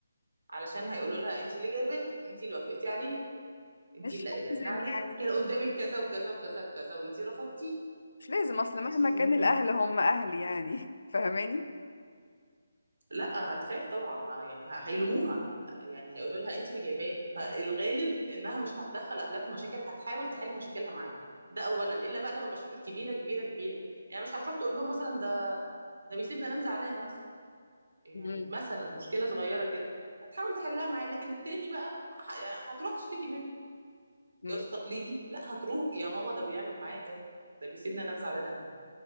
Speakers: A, on the right (about 80°); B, on the left (about 65°).
A: علشان هيقولوا لها انت اللي جايباه انت اللي وافقتي عليه انت
B: مش
A: اللي قايله
B: لازم
A: لنا عليه
B: يعني
A: كان قدامك كذا وكذا وكذا وكذا وانت رفضتي
B: مش لازم اصل
A: هتشتكي
B: مهما كان
A: من
B: الاهل
A: ايه
B: هم اهل يعني <laughs> فاهماني
A: لا هتخاف طبعا ه- يعني ه- هيلوموها يعني هيقولوا لها انت اللي جايباه فالغالب انها مش هتدخل اهلها في المشاكل هتحاول تحل مشاكلها معاه ده اولا الا بقى لو المشاكل كبيره كبيره كبيره يعني مش هتروح تقول لهم مثلا ده ده بيسيبني انام زعلانه مثلا يعني
B: امم
A: مثلا مشكله صغيره كده هتحاول تحلها معاه لكن التاني بقى ه- يعني هتروح تشتكي منه الجواز
B: امم
A: التقليدي لا هتروح يا ماما ده بيعمل معايا كذا ده بيسيبني انام زعلانه يا ماما